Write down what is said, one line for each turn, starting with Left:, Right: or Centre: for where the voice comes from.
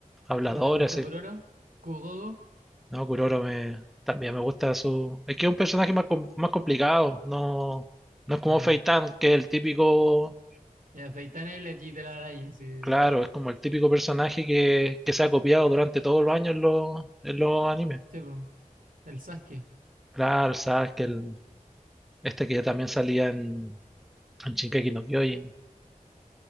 Centre: habladores,
Right: ¿No te gusta Kuroro?
Centre: así.
Right: ¿Kugogo?
Centre: No, Kuroro me, también me gusta su... Es que es un personaje más, com- más complicado, no, no es como
Right: Ya.
Centre: Feitan que es el típico...
Right: Ya, Feitan es el Eji de la araña, sí.
Centre: Claro, es como el típico personaje que, que se ha copiado durante todos los años en los, en los animes.
Right: Sí, po. El Sasuke.
Centre: Claro, sabes que el, este que también salía en, en Shingeki no Kyojin,